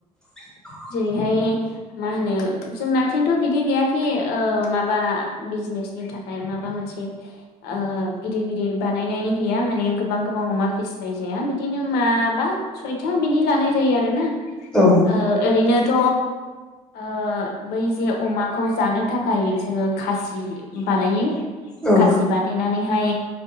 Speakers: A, in the centre; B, on the left (about 55°).
A: <inaudible>
B: जेरैहाय मा होनो जोंनाथिंथ' बिदि गैयाखि ओ माबा बिजनेस नि थाखाय माबा मोनसे ओ गिदिर गिदिर बानायनायनि गैया माने गोबां गोबां अमा फिसिनाय जाया बिदिनो माबा सयथा बिनि लानाय जायो आरोना ओ
A: औ
B: ओरैनो थ ओ बै जे अमाखौ जानो थाखाय जोङो खासि बानायो
A: औ
B: खासि बानायनानैहाय